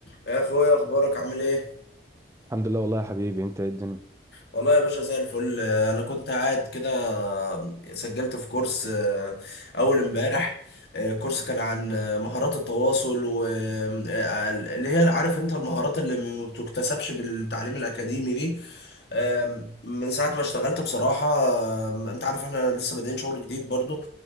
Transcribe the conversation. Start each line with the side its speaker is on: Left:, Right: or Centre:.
Left: يا اخويا اخبارك عامل ايه
Right: الحمد لله والله يا حبيبي انت ايه الدنيا
Left: والله يا باشا زي الفل آه، انا كنت قاعد كده آه، سجلت في كورس آه، اول امبارح آه، كورس كان عن آه، مهارات التواصل و آه، آه، اللي هي عارف انت المهارات اللي ما بتكتسبش بالتعليم الاكاديمي دي آم، من ساعة ما اشتغلت بصراحة آم، انت عارف احنا لسه بادئين شغل جديد برضو